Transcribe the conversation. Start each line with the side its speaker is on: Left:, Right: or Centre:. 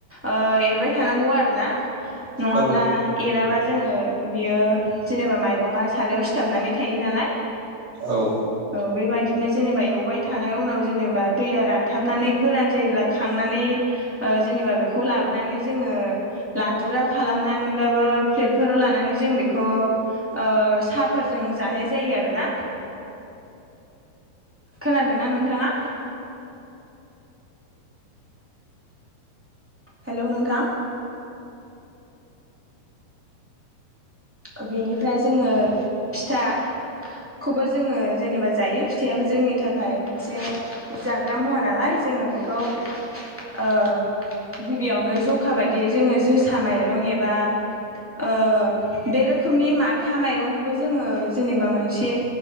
Centre: ओ एरबाय थानांगौ आरो ना। नङाब्ला
Right: औ नंगौ नोंथां नंगौ
Centre: एराबा जोङो बियो जेनेबा माइरङा सारायाव सिथाबनानै थायो नालाय।
Right: औ
Centre: औ बेबादिनो जेनेबा एवबाय थानाय उनाव जेनेबा दैया रानथाबनानै गोरान जायोब्ला खांनानै ओ जेनेबा बेखौ लाबोनानै जोंङो लादुरा खालामनानैबाबो प्लेटफोराव लानानै जों बेखौ ओ साहाफोरजों जानाय जायो आरोना। खोनादोंना नोंथाङा हेलौ नोंथां ओ बेनिफ्राय जोंङो फिथा खौबो जोंङो जेनेबा जायो फिथाइयाबो जोंनि थाखाय मोनसे जाग्रा मुवा नालाय जोंङो बे खौ ओ गिबियावनो जखा बायदियै जोंङो जोसा माइरं एबा ओ बे रोखोमनि माथा माइरंखौबो जोंङो जेनेबा मोनसे